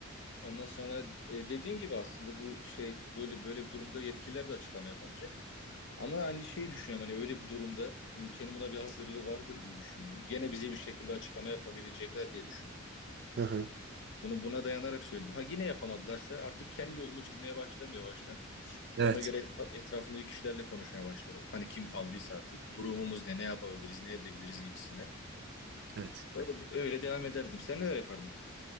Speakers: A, on the left (about 60°); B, on the right (about 55°).
A: Ondan sonra e, dediğin gibi aslında bu şey böyle böyle bir durumda yetkililer de açıklama yapamayacak. Ama hani şeyi düşünüyorum hani öyle bir durumda ülkenin buna bir hazırlığı vardır diye düşünüyorum. Gene bize bir şekilde açıklama yapabilecekler diye düşünüyorum.
B: Hı hı.
A: Bunu buna dayanarak söyledim. Ha yine yapamadılarsa artık kendi yolumu çizmeye başlarım yavaştan.
B: Evet.
A: Ona göre et- etrafındaki kişilerle konuşmaya başlarım. Hani kim kaldıysa artık durumumuz ne, ne yapabiliriz, ne edebiliriz gibisinden.
B: Evet.
A: Öyle, öyle devam ederdim. Sen neler yapardın?